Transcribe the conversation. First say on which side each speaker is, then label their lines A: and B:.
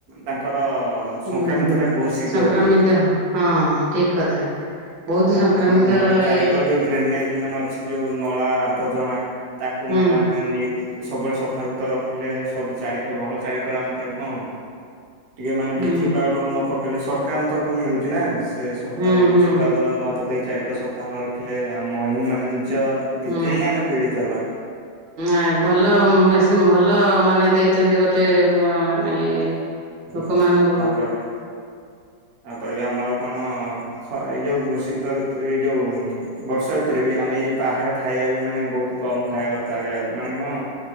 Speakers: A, on the right; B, on the right.
A: ତାଙ୍କର ସଂକ୍ରାମିତଟା
B: ହୁଁ
A: ବହୁତ ଶୀଘ୍ର
B: ସଂକ୍ରମିତ
A: ହୁଏ।
B: ହଁ ଠିକ କଥା। ବହୁତ
A: ତାପରେ
B: ସଂକ୍ରମିତ
A: ଆମ ଘର ଚାରିିକଳ
B: ଏ
A: ଯୋଉ ଡ୍ରେନେଜ ମାନେ ଅଛି ଯୋଉ ନଳା ଆବର୍ଜନା ତାକୁ
B: ହୁଁ
A: ମାନେ ଆମେ ନି ସବୁବେଳେ ସଫାସୁତୁର ରଖିଲେ ସବୁ ଚାରିିକର ଘର ଚାରିକର ଆମେ ତାକୁ କଣ ଟିକେ ମାନେ
B: ହୁଁ
A: ବ୍ଲିଚିଙ୍ଗ ପାଉଡର ନ ପକେଇଲେ ସରକାରଙ୍କ ତରଫରୁ ମିଳୁଚ ନା ସେ ସବୁ
B: ହୁଁ
A: ତାକୁ
B: ହୁଁ
A: ପାଉଡର ନ ପକେଇ ଚାରିିକର ସଫା ନ ରଖିଲେ ଆମ ହିଁ ମାନେ ନିଜେ
B: ହୁଁଁ
A: ହିଁ ଆମେ ପୀଡିତ ହେବା।
B: ଆ ଭଲ ଭଲ ଭଲ ମାନେ ଦେଇଛନ୍ତି ଗୋଟେ ମାନେ ଇଏ
A: ହୁଁ
B: ଲୋକମାନଙ୍କୁ
A: ତାପରେ ତାପରେ ବି ଆମର କଣ ଖ ଏଇ ଯୋଉ ଶୀ ତ ଋତୁ ଏଇ ଯଉଁ ବର୍ଷା ଋତୁରେ ବି ଆମେ ଏଇ ଯେଉ ବାହାର ଖାଇବା ବି ମାନେ ବହୁତ କମ ଖାଇବା କଥାାରେ ଆର୍ ମାନେ କଣ